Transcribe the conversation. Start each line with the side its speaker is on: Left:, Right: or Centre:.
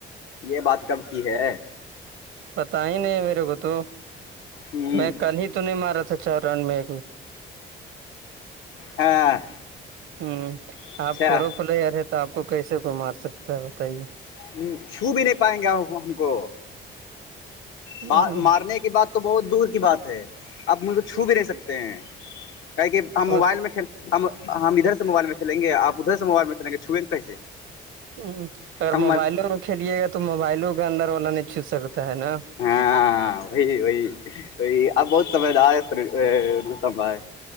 Left: یہ بات کم کی ہے
Right: پتا ہی نہیں میرے کو تو
Left: ہ
Right: میں کل ہی تو نہیں مارا تھا چار رن میں
Left: ہاں
Right: ہوں
Left: اچھا
Right: آپ پروپلیئر ہے تو آپ کو کیسے کوئی مار سکتا ہے بتائیے
Left: ہ چھو بھی نہیں پائیں گے ہم کو
Right: ہوں
Left: بات مارنے کی بات تو بہت دور کی بات ہے آپ مجھ کو چھو بھی رہ سکتے ہیں کہے کہ ہم موبائل
Right: وہ
Left: میں کل ہم ادھر سے موبائل میں کھیلیں گے آپ ادھر سے موبائل میں کھیل گے چھوئ گے کیسے
Right: ہ اگر
Left: ہم
Right: موبائلوں میں کھیلیے گا تو موبائلوں کا اندر والا نہیں چھو سکتا ہے نا
Left: ہاں وہی وہی اب بہت سمجھدار ہے ط ر ہے